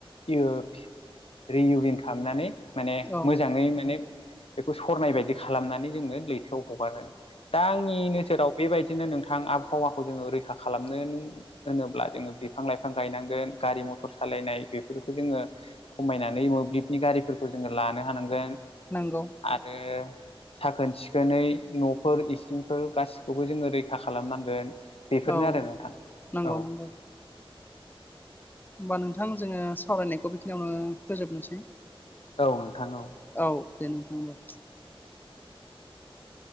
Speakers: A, on the left; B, on the left.
A: <unintelligible> रि इउरिन खालामनानै माने
B: औ
A: मोजाङै माने बेखौ सरनाय बायदि खालामनानै जोङो लैथोआव हगारो दा आंनिनो बोसोराव बेबायदिनो नोंथां आबहावाखौ जोङो रैखा खालामनो होनोब्ला जोङो बिफां लाइफां गायनांगोन गारि मथर सालायनाय बेफोरखौ जोङो खमायनानै मोब्लिबनि गारिफोरखौ जोङो लानो हानांगोन।
B: नंगौ
A: आरो साखोन सिखोनै न'फोर इसिंफोर गासि खौबो जोङो रैखा खालामनांगोन बेफोरनो
B: औ
A: आरो नोंथां
B: नंगौ
A: औ।
B: नंगौ होमबा नोंथां जोङो सावरायनायखौ बेखिनियावनो फोजोबनोसै?
A: औ नोंथां औ
B: औ दे नोंथां होनबा।